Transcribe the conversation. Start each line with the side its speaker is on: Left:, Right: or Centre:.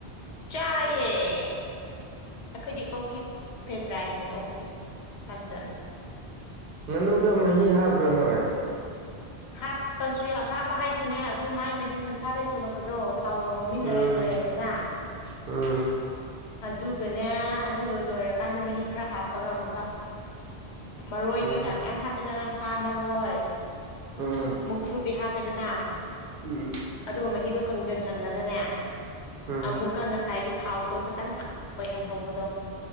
Left: ꯆꯥꯏꯌꯦ ꯑꯁ ꯑꯩꯈꯣꯏꯗꯤ ꯑꯣꯀꯤ ꯐꯦꯕ꯭ꯔꯥꯏꯠꯅꯦ ꯑꯣ ꯄꯝꯖꯕꯤ
Right: ꯉꯅꯨꯗ ꯃꯍꯤ ꯍꯥꯞꯕ꯭ꯔ ꯅꯣꯏ
Left: ꯍꯥꯞꯄꯁꯨ ꯌꯥ ꯍꯥꯞꯄ ꯍꯥꯏꯁꯨꯅꯦ ꯑꯗꯨ ꯃꯥꯏ ꯃꯍꯤ ꯃꯁꯥꯗꯩ ꯊꯣꯛꯂꯛꯄꯗꯣ ꯊꯥꯎꯒ ꯉꯧꯃꯤꯟꯅꯔꯦ
Right: ꯎꯝ
Left: ꯂꯣꯏꯔꯦꯗꯅ
Right: ꯎꯝ
Left: ꯑꯗꯨꯒꯅꯦ ꯑꯗꯨꯗꯣ ꯂꯣꯏꯔꯀꯥꯟꯗ ꯃꯍꯤ ꯈꯔ ꯍꯥꯞꯄꯒ ꯑꯃꯨꯛꯀ ꯃꯔꯣꯏ
Right: ꯎꯝ
Left: ꯀꯩꯀꯥ ꯃꯌꯥꯝ ꯍꯥꯞꯄꯦꯗꯅ ꯁꯥ ꯃꯔꯣꯏ
Right: ꯎꯝ
Left: ꯃꯨꯛꯊ꯭ꯔꯨꯕꯤ ꯍꯥꯞ ꯄꯦꯗꯅ
Right: ꯎꯝ ꯎꯝ
Left: ꯑꯗꯨꯒ ꯃꯍꯤꯗꯣ ꯀꯪꯁꯤꯟꯍꯜꯂꯒꯅꯦ
Right: ꯎꯝ
Left: ꯑꯃꯨꯛꯀ ꯉꯁꯥꯏꯒꯤ ꯊꯥꯎꯗꯣ ꯈꯇꯪ ꯍꯥ ꯑꯣꯏꯍꯜꯍꯧꯕꯗꯣ